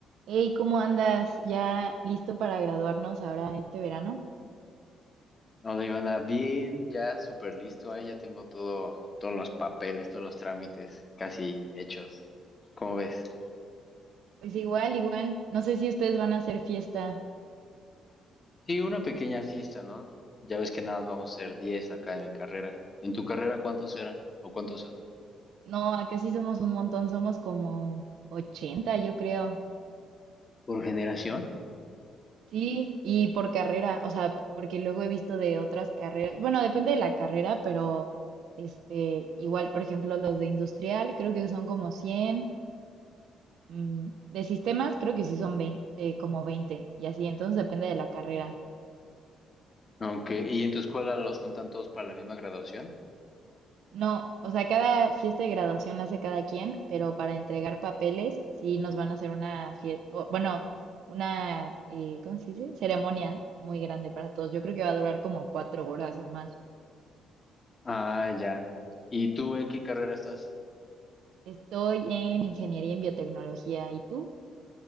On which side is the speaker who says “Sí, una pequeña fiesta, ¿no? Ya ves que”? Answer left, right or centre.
Left